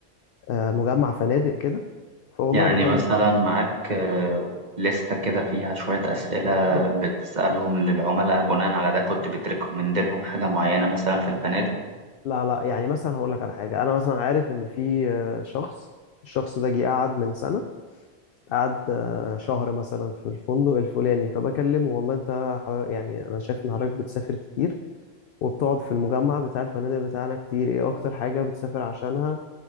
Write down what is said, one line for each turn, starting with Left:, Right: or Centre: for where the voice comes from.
Left: آه، مجمع فنادق كده فوالله
Right: يعني
Left: بكلم
Right: مثلا معاك آه، لستة كده فيها شوية أسئلة
Left: بالظبط
Right: بتسألهم للعملاء بناء على ده كنت بتريكومند لهم حاجة معينة مثلا في الفنادق
Left: لا لا يعني مثلا هقول لك على حاجة أنا مثلا عارف إن في آه، شخص الشخص ده جه قعد من سنة قعد آه، شهر مثلا في الفندق الفلاني فبكلمه والله أنت حضر- يعني أنا شايف إن حضرتك بتسافر كتير وبتقعد في المجمع بتاع الفنادق بتاعنا كتير إيه أكتر حاجة بتسافر عشانها